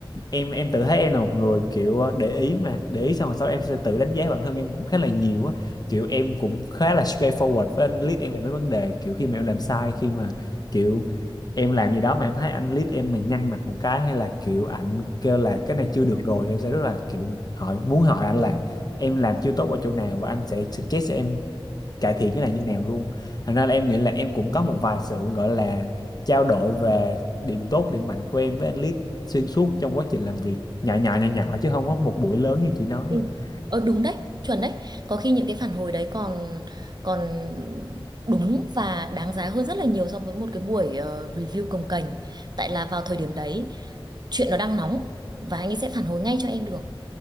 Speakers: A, on the left; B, on the right.
A: em em tự thấy em là một người kiểu ờ, để ý mà để ý xong rồi sau đó em sẽ tự đánh giá bản thân em cũng khá là nhiều á kiểu em cũng khá là straightforward với anh lead em về mấy vấn đề kiểu khi mà em làm sai khi mà kiểu em làm gì đó mà em thấy anh lead em mà nhăn mặt một cái hay là kiểu ảnh kêu là cái này chưa được rồi thì em sẽ rất là kiểu hỏi muốn hỏi anh là em làm chưa tốt ở chỗ nào và anh sẽ suggest cho em cải thiện cái này như nào luôn thành ra là em nghĩ là em cũng có một vài sự gọi là trao đổi về điểm tốt điểm mạnh của em với anh Lít xuyên suốt trong quá trình làm việc nhỏ nhỏ nhỏ nhỏ chứ không có một buổi lớn như chị nói
B: ừ
A: à.
B: ờ đúng đấy chuẩn đấy có khi những cái phản hồi đấy còn còn đúng và đáng giá hơn rất là nhiều so với một cái buổi ờ, review cồng kềnh tại là vào thời điểm đấy chuyện nó đang nóng và anh ấy sẽ phản hồi ngay cho em được